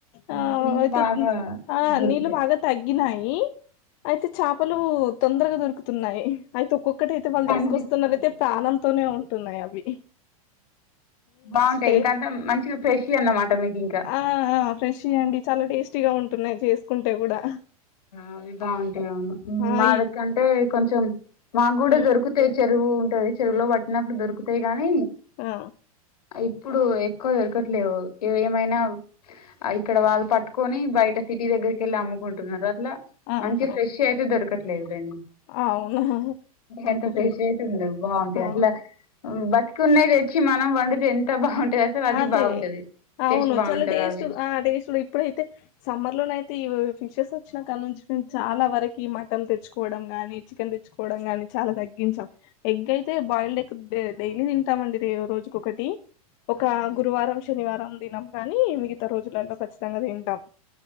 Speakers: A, on the left (about 50°); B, on the left (about 80°).
A: ఆ
B: ఇప్పుడు ఇంకా
A: అయితే
B: బాగా
A: ఆ
B: దొరుకుతాయి
A: నీలు భగ తగ్గినాయి ఇఅయితే చేపలు తొందరగా దొరుకుతున్నాయ అయితే ఒక్కొక్కటి అయితే వాళ్ళు
B: కనిపిస్తుంది
A: తీసుకొస్తున్నయితే ప్రాణంతోనే ఉంటున్నాయి అవి
B: బాగుంటాయి
A: టే
B: ఇంకంతా మంచిగా ఫ్రెష్ అన్నమాట మీకు ఇంకా
A: ఆ ఫ్రెష్ ఇ్యండి చాలా టేస్టీగా ఉంటున్నాయి చేసుకుంటే కూడా
B: అవి బాగుంటాయి అవును
A: హాయి
B: మా దక్కంటే కొంచం మాకు కూడా
A: హ్మ్.
B: దొరుకుతాయి చెరువు ఉంటంది చెరువులో పట్టినప్పుడు దొరుకుతాయి గానీ
A: ఆ
B: ఇప్పుడు ఎక్కువ దొరకట్లేవు ఏమైనా ఇక్కడ వాళ్ళు పట్టుకొని బయట సిటీ దగ్గరికి వెళ్ళి అమ్ముకుంటున్నారు అట్లా
A: ఆహా
B: మంచి ఫ్రెష్ అయితే దొరకట్లేదు దాన్ని
A: అవునా నాకు
B: ఎంత ఫేస్
A: ఫ్రెష్
B: అవుతుండ బాగుంటాయి
A: ఆ!
B: అట్లా బతికున్నది తెచ్చి మా నం వండుతే ఎంత బాగుంటుది అసలు అది
A: అదే
B: బాగుంటది
A: అవును
B: టేస్ట్ బాగుంటది
A: చాలా టేస్ట్
B: అవి
A: ఆ టేస్ట్ ఇప్పుడైతే సమ్మర్ లోన అయితే ఇ ఫిషెస్ వచ్చినా కాడ నుంచి మేము చాలా వరకు మటన్ తెచ్చుకోవడం గానీ చికెన్ తెచ్చుకోవడం కానీ చాలా తగ్గి ా ఎగ్ అయితే బాయిల్డ్ ఎగ్ డైలీ తింటామండి రోజుక ఒకటి ఒక
B: అవునా
A: గురువారం శనివారం దినం గాని మిగతా రోజులలో ఖచ్చితంగా తింటాం